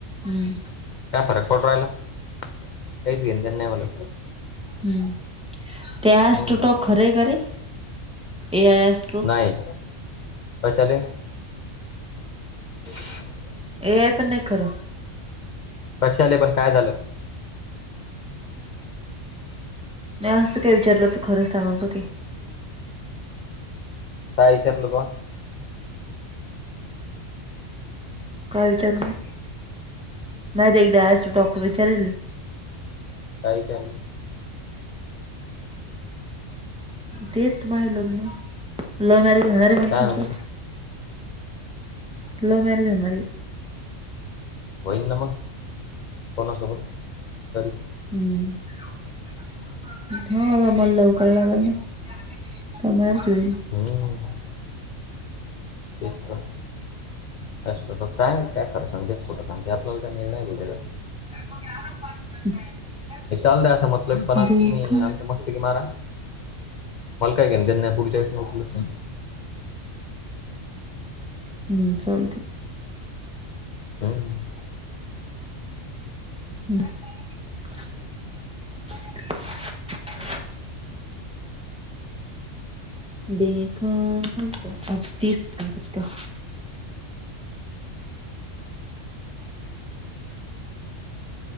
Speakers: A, in the centre; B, on the left.
A: हम्म
B: काय फरक पडु रायला काहीच घेन-देणं नाही मला.
A: हम्म ते एस्ट्रोटॉक
B: हम्म
A: खर य का रे ए आय एस्
B: नाही कशाले <unintelligible>
A: ए आय पण नाय खर
B: कशाले पण काय झालं
A: नाय असं काय विचारलं त खरं सांगल ब ते
B: काय इचारलं बुआ
A: काय विचारू मी म्या ते एकदा एस्ट्रॉ्टॉक ला विचारिले
B: काही काय
A: तेच माझ लग्न लव्ह मॅरेज होणार ये म्हण
B: काय
A: तुमचं
B: म्हणे
A: लव्ह मॅरेज होणार ये.
B: होईन ना मग कोणासोबत तरी
A: हम्म <unintelligible> लव कराला लागल न <unintelligible> होईल.
B: <unintelligible> तेच तर अस्ट्रॉटॉक काय माहिती काय खरं सांगते, खोट सांगतय आपल्याला काय मेळ नाय भु त्याजा
A: <unintelligible>
B: हे चाल द असा मतलबी पणा तुम्ही
A: देखा
B: आम मस्तकी मारा मला काय घेन देणं नाय, पुढच्या आयुष्य मग तुझं तू
A: हम्म चालतंय
B: <unintelligible>
A: हम् <unintelligible> देखो <unintelligible>
B: <unintelligible>
A: <inaudible>